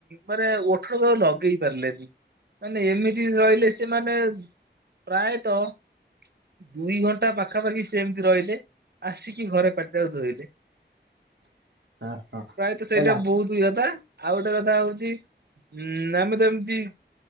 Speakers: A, on the right; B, on the right.
A: ମାନେ ଓଠରକୁଉ ଲଗେଇ ପାରିଲେନି। ମାନେ ଏମିତି ରହିଲେ ସେମାନେ ପ୍ରାୟତଃ! ଦୁଇ ଘଣ୍ଟା ପାଖାପାଖି ସେମ୍ତି ରହିଲେ ଆସିକି ଘରେ ପାଟିଟାକୁ ଧୋଇଲେ।
B: <inaudible> ହଁ ହଁ
A: ପ୍ରାୟତଃ ସେଇଟା
B: ହେଲା।
A: ବହୁତ ଦୁଇବା ପା ଆଉ ଗୋଟେ କଥା ହୋଉଚି ଉଁ ଆମେ ତ ଏମ୍ତି